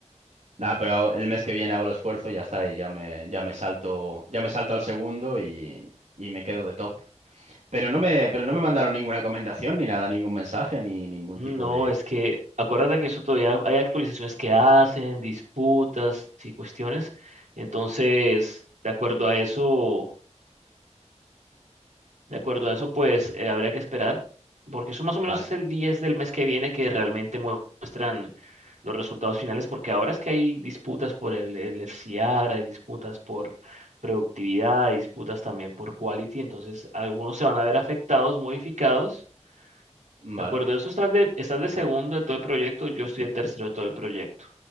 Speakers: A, on the right; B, on the right.
A: nada, pero el mes que viene hago el esfuerzo y ya está, y ya me, ya me salto, ya me salto al segundo y, y me quedo de top. Pero no me, pero no me mandaron ninguna recomendación, ni nada, ningún mensaje, ni ningún
B: No,
A: tipo de...
B: es que acuérdate que eso todavía hay actualizaciones que hacen, disputas y cuestiones. Entonces, de acuerdo a eso, de acuerdo a eso, pues eh, habría que esperar, porque eso más o menos
A: Vale,
B: es el 10 del mes que viene que realmente mu- muestran los resultados finales, porque ahora es que hay disputas por el, el FCR, hay disputas por productividad, hay disputas también por quality, entonces algunos se van a ver afectados, modificados
A: vale.
B: de acuerdo, eso estás de, estás de segundo de todo el proyecto, yo estoy de tercero de todo el proyecto.